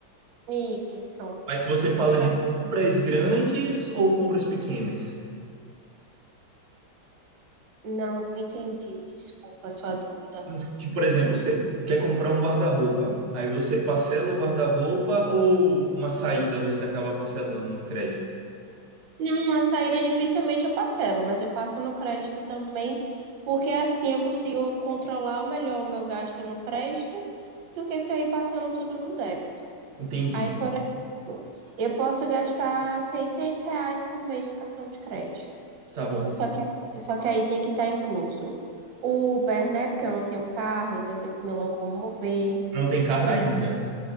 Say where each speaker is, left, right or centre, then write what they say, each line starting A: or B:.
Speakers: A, on the right; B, on the right.
A: Isso.
B: Mas se você fala
A: Mas
B: de compras grandes ou compras pequenas?
A: não entendi, desculpa a sua dúvida.
B: Mas, tipo, por exemplo, você quer comprar um guarda-roupa. Aí você parcela o guarda-roupa ou uma saída você acaba parcelando no crédito?
A: Não, a saída dificilmente eu parcelo, mas eu passo no crédito também, porque assim eu consigo controlar melhor o meu gasto no crédito do que se eu ir passando tudo no débito.
B: Entendi.
A: Aí, por exemplo, eu posso gastar 600 reais por mês de cartão de crédito.
B: Tá bom.
A: Só que, só que aí tem que estar incluso o Uber, né? Porque eu não tenho carro, então eu tenho que me locomover.
B: Não tem carro
A: Tem
B: ainda.